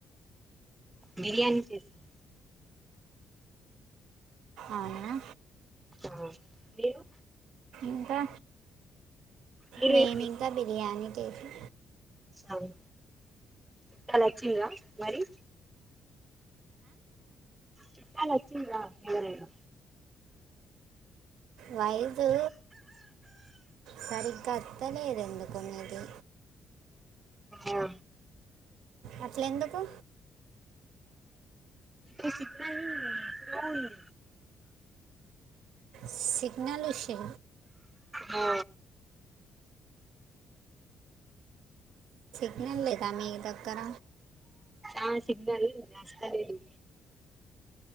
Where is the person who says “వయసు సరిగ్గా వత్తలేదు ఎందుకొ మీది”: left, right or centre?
Right